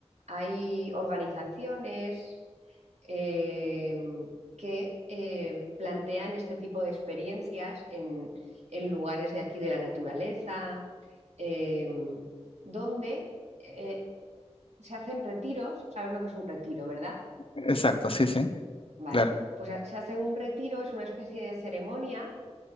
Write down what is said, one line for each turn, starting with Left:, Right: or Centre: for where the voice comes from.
Right: hay organizaciones eh, que eh, plantean este tipo de experiencias en, en lugares de aquí de la naturaleza, eh, donde eh, se hacen retiros, ¿sabes lo que es un retiro, verdad?
Left: Exacto, sí, sí,
Right: Vale,
Left: claro.
Right: pues a- se hace un retiro, es una especie de ceremonia.